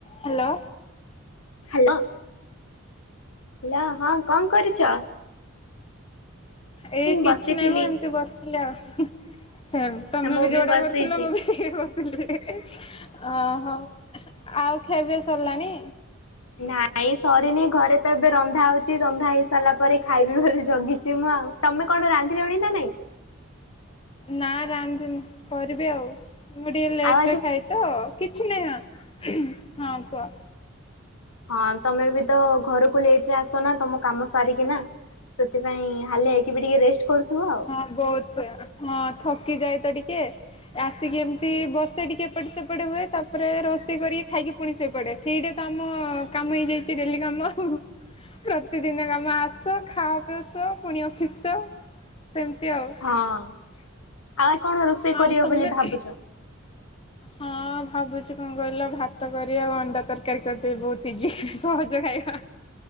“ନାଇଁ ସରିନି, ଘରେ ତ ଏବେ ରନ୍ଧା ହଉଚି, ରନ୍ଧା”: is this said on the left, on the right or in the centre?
Left